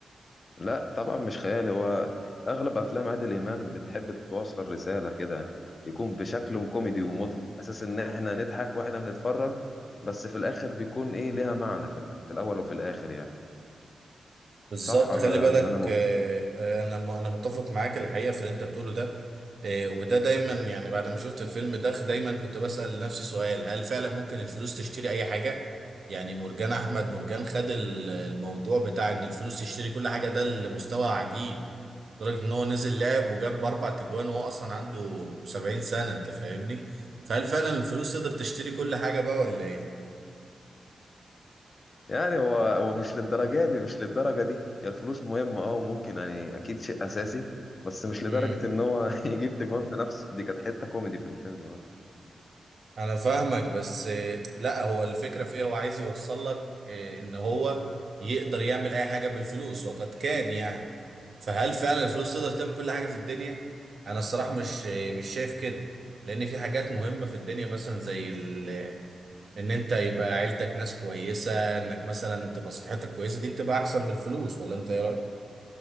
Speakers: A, on the left; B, on the right.
A: لا طبعا مش خيال هو اغلب افلام عادل امام بتحب توصل رساله كده يكون بشكل كوميدي ومضحك اساس ان احنا نضحك واحنا بنتفرج بس في الاخر بيكون ايه ليها معنى في ال- في الاول وفي الاخر يعني
B: بالظبط
A: صح ولا
B: خلي بالك
A: اللي انا بقول
B: آه، آه، انا م- انا متفق معاك الحقيقه في اللي انت بتقوله ده آه، وده دايما يعني بعد ما شفت الفيلم ده دايما كنت بسال نفسي سؤال هل فعلا ممكن الفلوس تشتري اي حاجه يعني مرجان احمد مرجان خد ال- الموضوع بتاع ان الفلوس تشتري كل حاجه ده لمستوى عجيب لدرجه ان هو نزل لعب وجاب اربع تجوان وهو اصلا عنده 70 سنه انت فاهمني فهل فعلا الفلوس تقدر تشتري كل حاجه بقى ولا
A: يعني هو هو مش للدرجه دي مش للدرجه دي هي الفلوس مهمه اه وممكن يعني اكيد شيء اساسي بس مش لدرجه
B: ايه؟
A: ان هو <laughs> يجيب تجوان بنفسه دي كانت حته كوميدي في الفيلم بس
B: انا فاهمك بس آه، لا هو الفكره في ايه هو عايز يوصل لك آه، ان هو يقدر يعمل اي حاجه بالفلوس وقد كان يعني فهل فعلا الفلوس تقدر تعمل كل حاجه في الدنيا انا الصراحه مش آه، مش شايف كده لان في حاجات مهمه في الدنيا مثلا زي ال... ان انت يبقى عيلتك ناس كويسه انك مثلا تبقى صحتك كويسه دي بتبقى احسن من الفلوس ولا انت ايه رايك